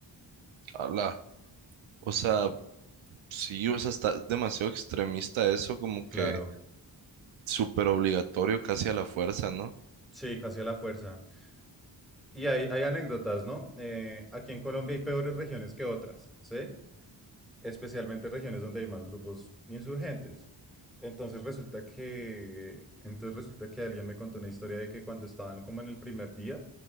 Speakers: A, on the right; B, in the centre.
A: ala. O sea,
B: Entonces,
A: sí, o sea, está demasiado extremista eso, como
B: claro,
A: que súper obligatorio, casi a la fuerza, ¿no?
B: sí, casi a la fuerza. Y hay, hay anécdotas, ¿no? Eh, aquí en Colombia hay peores regiones que otras, ¿sí? Especialmente regiones donde hay más grupos insurgentes. Entonces resulta que, entonces resulta que alguien me contó una historia de que cuando estaban como en el primer día,